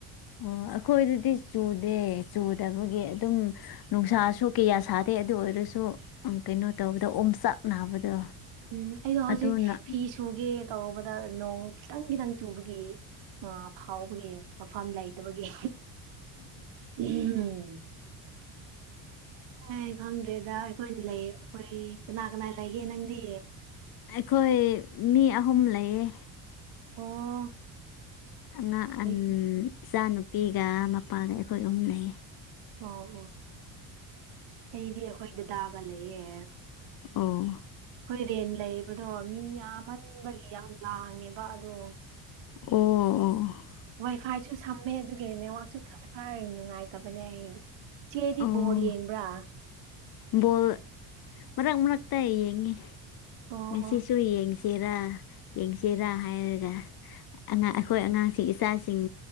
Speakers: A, on the left; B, on the right.
A: ꯑꯣ ꯑꯩꯈꯣꯏꯗꯗꯤ ꯆꯨꯗꯦ ꯆꯨꯗꯕꯒꯤ ꯑꯗꯨꯝ ꯅꯨꯡꯁꯥꯁꯨꯣꯛ ꯀꯌꯥ ꯁꯥꯗꯦ ꯑꯗꯨ ꯑꯣꯏꯔꯁꯨ ꯁꯨ ꯀꯩꯅꯣ ꯇꯧꯕꯗ ꯑꯣꯝꯆꯥꯛ ꯅꯥꯕꯗꯣ
B: ꯎꯝ ꯑꯩꯗꯣ ꯍꯧꯖꯤꯛ
A: ꯑꯗꯨꯅ
B: ꯐꯤ ꯁꯨꯒꯦ ꯇꯧꯕꯗ ꯅꯣꯡ ꯈꯤꯇꯪ ꯈꯤꯇꯪ ꯆꯨꯕꯒꯤ ꯐꯥꯎꯕꯒꯤ ꯃꯐꯝ ꯂꯩꯇꯕꯒꯤ ꯎꯝ
A: <inaudible>
B: ꯑꯦ ꯈꯪꯗ꯭ꯔꯦꯗ ꯑꯩꯈꯣꯏꯅ ꯂꯩ ꯑꯩꯈꯣꯏ ꯀꯅꯥ ꯀꯅꯥ ꯂꯩꯒꯦ ꯅꯪꯗꯤ
A: ꯑꯩꯈꯣꯏ ꯃꯤ ꯑꯍꯨꯝ ꯂꯩꯌꯦ
B: ꯑꯣ
A: ꯑꯉꯥꯡ ꯑꯟ
B: ꯑꯩꯗꯤ
A: ꯏꯆꯥꯅꯨꯄꯤꯒ ꯃꯄꯥꯒ ꯑꯩꯈꯣꯏ ꯑꯍꯨꯝ ꯂꯩꯌꯦ
B: ꯑꯣ ꯑꯣ ꯑꯩꯗꯤ ꯑꯩꯈꯣꯏꯗꯗꯥꯒ ꯂꯩꯌꯦ
A: ꯑꯣ
B: ꯑꯩꯈꫭꯏꯗꯤ ꯂꯩꯕꯗꯣ ꯃꯤ ꯌꯥꯝꯍꯟꯕꯒꯤ ꯌꯥꯝ ꯂꯥꯡꯉꯦꯕ ꯑꯗꯣ
A: ꯑꯣ ꯑꯣ
B: ꯋꯥꯏ ꯐꯥꯏꯁꯨ ꯁꯝꯃꯦ ꯑꯗꯨꯒꯤ ꯅꯦꯠꯋꯛꯁꯨ ꯈꯔ ꯈꯔ ꯅꯨꯡꯉꯥꯏꯇꯕꯅꯦ ꯑꯩꯗꯤ ꯆꯦꯗꯤ
A: ꯑꯣ
B: ꯕꫭꯜ ꯌꯦꯕ꯭ꯔꯥ
A: ꯕꯣꯜ ꯃꯔꯛ ꯃꯔꯛꯇ ꯌꯦꯡꯉꯤ
B: ꯑꯣ
A: ꯃꯦꯁꯤꯁꯨ
B: ꯑꯣ
A: ꯌꯦꯡꯁ ꯌꯦꯔꯥ ꯌꯦꯡꯁꯤꯔꯥ ꯍꯥꯏꯔꯒ ꯑꯉꯥ ꯑꯩꯈꯣꯏ ꯑꯉꯥꯡꯁꯤꯡ ꯏꯆꯥꯁꯤꯡ